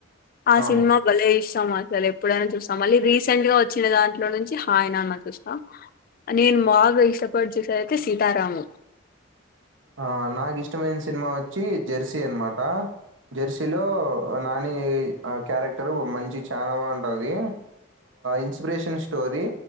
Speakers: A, on the left; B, on the right.
A: ఆ
B: అవును
A: సినిమా భలే ఇష్ ష్టం సరే ఎప్పుడైనా చూస్తాం మళ్ళీ రీసెంట్ గా వచ్చిన దాంట్లో నుంచి హాయ్ నాన్న చూస్తా నేను బాగా ఇష్టపడి చూసేది ఆయితే సీతారామం
B: ఆ నాకు ఇష్టమైన సినిమా వోచ్చి జెర్సీ అన్నమాట జెర్సీలో ఆ నాని ఆ క్యారెక్టర్ మంచి చానా బాగుంటది. ఇన్స్పిరేషన్ స్టోరీ